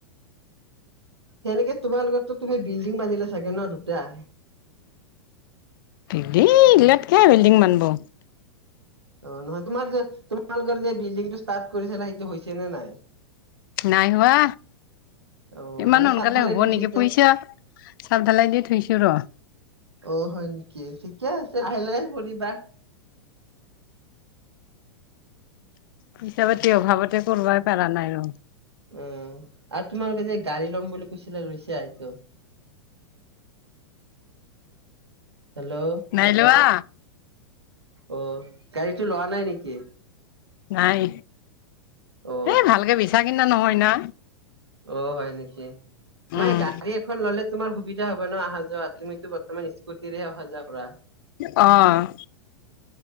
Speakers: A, on the right; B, on the left.
A: সেনেকে তোমাৰ লগতো তুমি বিলডিং বান্ধিলা চাগে ন দুটা
B: বিল্ডিং ইগ্লিয়াত কে বিল্ডিং বান্ধব
A: অ নহয় তোমাৰ যে তোমালোকৰ যে বিল্ডিং টো ষ্টাৰ্ট কৰিছিলা সেইটো হৈছে নে নাই
B: নাই হোৱা
A: অ
B: ইমান
A: মানে
B: সোনকালে
A: চাদ ঢালাই
B: হ'ব
A: দি
B: নিকি
A: থৈছে
B: পইচা চদ ধালাই দি থৈছো ৰ
A: অ হয় নিকি ঠিকে আছে লাহে লাহে কৰিবা
B: পইচা পাতি অভাৱতে কৰবাই পাৰা নাই ৰ
A: উম, আৰু তোমালোকে যে গাড়ী ল'ম বুলি কৈছিলে লৈছা এইটো। হেল্ল',
B: নাই লোৱা
A: অ, গাড়ীতো লোৱা নাই নেকি?
B: নাই
A: অ
B: এই ভালকে বিছা কিনা নহয় না।
A: অ, হয় নেকি
B: উম
A: মানে গাড়ী এখন ললে তোমাৰ সুবিধা হ'ব ন আহা যোৱাত তুমিতো বৰ্তমান স্কুটিৰেহে অহা যোৱা কৰা।
B: অ',